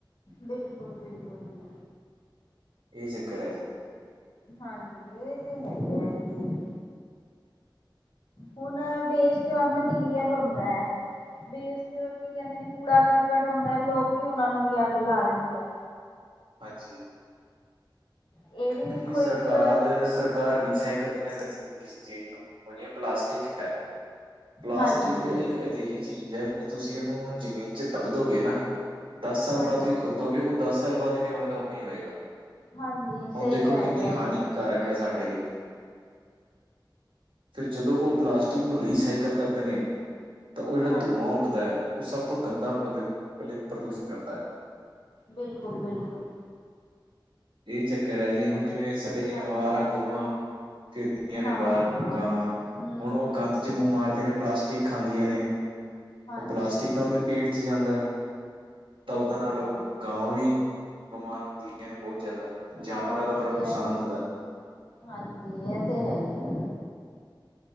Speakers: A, on the left (about 80°); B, on the right (about 85°).
A: ਬਿਲਕੁਲ-ਬਿਲਕੁਲ ਜੀ।
B: ਏ ਚੱਕਰ ਐ ਜੀ।
A: ਹਾਂਜੀ ਏ ਤੇ ਹੈਈ ਐ ਜੀ। ਹੁਨ ਵੇਸਟ ਆ ਮਟੀਰੀਅਲ ਹੁੰਦੈ ਵੇਸਟ ਕੀ ਕੈਂਦੇ ਨੇ ਕੂੜਾ ਕਰਕਟ ਹੁੰਦਾ ਲੋਕੀ ਓਨਾਂ ਨੂੰ ਵੀ ਅੱਗ ਲਾ ਦਿੰਦੇ ਐ।
B: ਹਾਂਜੀ।
A: ਇਹ
B: ਕਿਓਂਕਿ
A: ਵੀ ਦੇਖੋ
B: ਸਰਕਾਰ
A: ਇੱਕ
B: ਸਰ ਘਰ ਰੀਸਾਈਕਲ ਨੀ ਨਾ ਕਰਦੀ ਕਿਸ ਚੀਜ਼ ਨੂੰ, ਹੁਨ ਜਿਵੇਂ ਪਲਾਸਟਿਕ ਕੀਤਾ। ਪਲਾਸਟਿਕ
A: ਹਾਂਜੀ
B: ਇੱਕ ਅਜਿਹੀ ਚੀਜ਼ ਐ ਵੀ ਤੁਸੀਂ ਏਨੂੰ ਜ਼ਮੀ ਜੇ ਦੱਬਦੋਗੇ ਨਾ ਦਸ ਸਾਲ
A: ਹਾਂਜੀ
B: ਬਾਦ ਵੀ ਖੋਦੋਗੇ ਓ ਦਸ ਸਾਲ ਬਾਦ ਵੀ ਉਵੇਂ ਦਾ ਉਵੇਂ ਈ ਹੋਏਗਾ।
A: ਹਾਂਜੀ।
B: ਹੁਨ
A: ਸਹੀ
B: ਦੇਖੋ
A: ਕਹਿ
B: ਕਿੰਨੀ
A: ਰਹੇ ਹੋ
B: ਹਾਨੀਕਾਰਕ
A: ਇਹ ਤੇ ਗੱਲ
B: ਐ ਸਾਡੇ ਲਈ। ਫਿਰ ਜਦੋਂ ਓ ਪਲਾਸਟਿਕ ਨੂੰ ਰੀਸਾਈਕਲ ਕਰਦੇ ਨੇ ਤਾਂ ਓ ਜੇੜਾ
A: ਹਾਂਜੀ
B: ਧੂੰਆਂ ਉੱਡਦਾ ਐ ਓ ਸਭ ਤੋਂ ਗੰਦਾ ਪ੍ਰ ਪ੍ਰ ਪ੍ਰਦੂਸ਼ਨ ਕਰਦਾ।
A: ਬਿਲਕੁਲ-ਬਿਲਕੁਲ।
B: ਏ ਚੱਕਰ ਐ ਜੀ ਹੁਨ ਜਿਵੇਂ ਸਾਡੇ ਜਿਵੇਂ
A: ਹਾਂਜੀ
B: ਅਵਾਰਾ ਗਊਆਂ ਫਿਰਦੀਆਂ
A: ਹਾਂ
B: ਨੇ ਬਾਰ ਗਾਵਾਂ,
A: ਹਮ
B: ਹੁਨ ਓ
A: ਹਮ
B: ਗੰਦ
A: ਹਮ
B: ਚ ਮੂੰਹ ਮਾਰਦੀਆਂ ਨੇ ਪਲਾਸਟਿਕ ਖਾਂਦੀਆਂ ਨੇ,
A: ਹਾਂਜੀ
B: ਓ ਪਲਾਸਟਿਕ ਤਾਂ ਓਨਾਂ ਦੇ ਪੇਟ ਚ ਜਾਂਦੈ ਤਾਂ
A: ਬਿਲਕੁਲ
B: ਓਦੇ ਨਾਲ
A: ਬਿਲਕੁਲ
B: ਗਾਵਾਂ ਵੀ ਬਮਾਰ ਹੁੰਦੀਆਂ ਨੇ। ਬੋ ਜਾਦਾ ਜਾਨਵਰਾਂ
A: ਹਾਂਜੀ
B: ਦਾ ਬੜਾ
A: ਇਹ
B: ਨੁਕਸਾਨ ਹੁੰਦੈ।
A: ਹਾਂਜੀ, ਐ ਤੇ ਹੈ ਈ ਐ।